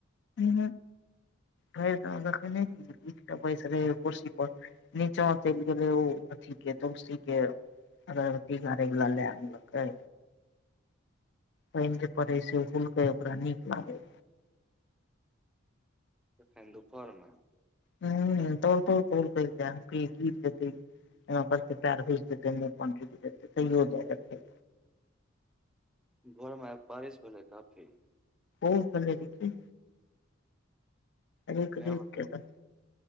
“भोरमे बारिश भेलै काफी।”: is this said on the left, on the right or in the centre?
Centre